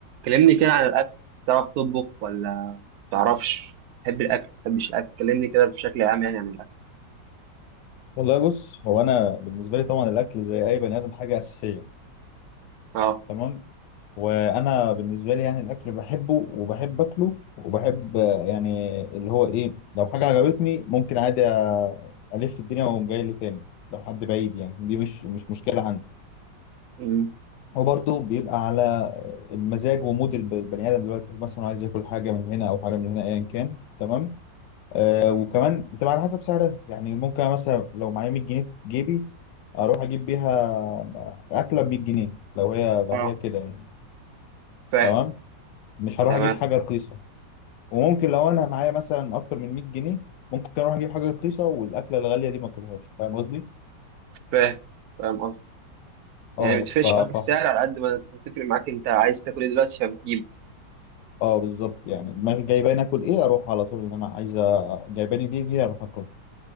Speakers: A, on the right; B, on the left.
A: كلمني كده عن الأكل تعرف تطبخ ولا تعرفش تحب الأكل تحبش الأكل كلمني كده بشكل عام يعني عن الأكل
B: والله بص هو انا بالنسبه لي طبعا الاكل زي اي بني ادم حاجه اساسيه
A: اه
B: تمام وانا بالنسبه لي يعني الاكل بحبه وبحب اكله وبحب آه، يعني اللي هو ايه لو حاجه عجبتني ممكن عادي آه، الف الدنيا واقوم جاي له تاني لو حد بعيد يعني دي مش مش مشكله عندي
A: أمم.
B: وبرضه بيبقى على المزاج ومود الب- البني ادم دلوقتي مثلا عايز ياكل حاجه من هنا او حاجه من هنا ايا كان تمام آه وكمان بتبقى على حسب سعرها يعني ممكن مثلا لو معايا 100 جنيه في جيبي اروح اجيب بيها اكله ب 100 جنيه لو هي لو
A: اه
B: هي كده يعني
A: فاهم
B: تمام مش هروح
A: تمام
B: اجيب حاجه رخيصه وممكن لو انا معايا مثلا اكتر من 100 جنيه ممكن اروح اجيب حاجه رخيصه والاكله الغاليه دي ما اكلهاش فاهم قصدي
A: فاهم فاهم قصدي
B: اه
A: يعني متفرقش
B: ف
A: معاك السعر
B: ف
A: على قد ما تفرق معاك أنت عايز تاكل إيه دلوقتي فبتجيبه
B: اه بالظبط يعني دماغي جايباني اكل ايه اروح على طول ان انا عايزه جايباني دي دي اروح اكل